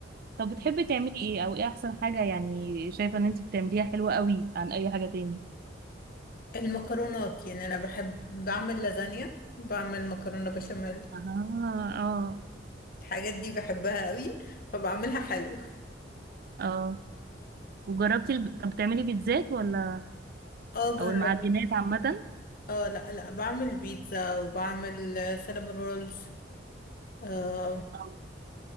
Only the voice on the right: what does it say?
طب بتحبي تعملي ايه او ايه احسن حاجة يعني شايفة ان انت بتعمليها حلوة قوي عن اي حاجة تاني
اه اه
اه وجربتي الب... طب بتعملي بيتزات ولا
او المعجنات عامة
آه.